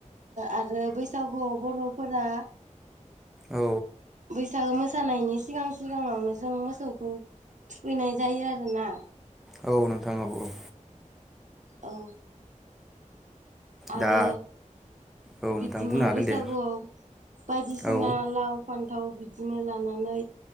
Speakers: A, on the right; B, in the centre.
A: आर आरो बैसागुआव बर'फोरा
B: औ
A: फिथागो मोसानायनि सिगां सिगाङावनो जों मोसौखौ थुखैनाय जायो आरोना
B: औ नोंथां औ औ
A: औ आरो
B: दा औ
A: बिदिनो
B: नोंथां बुंनो हागोन
A: बैसागुआव
B: दे
A: बायदिसिना
B: औ
A: लाव फान्थ फथाव बिदिनो लानानै